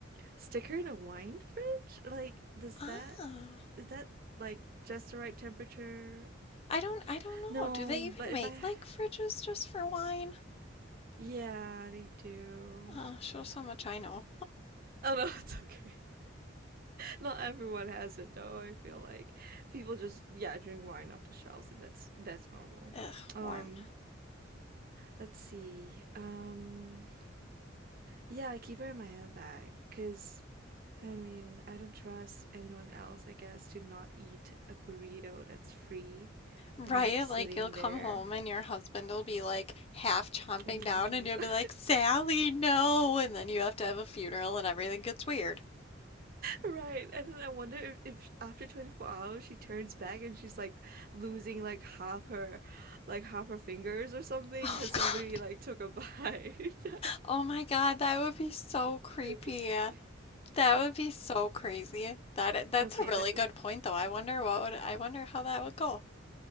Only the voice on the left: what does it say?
Ah,
I don't, I don't know.
Do they even
make
like fridges just for wine?
Uh, shows how much I know.
Ugh,
warm.
Right?
Like, you'll come
home and your husband will be like half chomping
down, and you'll be like, Sally, no! And then you have to have a funeral and everything gets weird.
<laughs> Oh,
God.
Oh my God, that would be so creepy.
That would be so crazy. That that's
a really
good point, though. I wonder what would I wonder how that would go.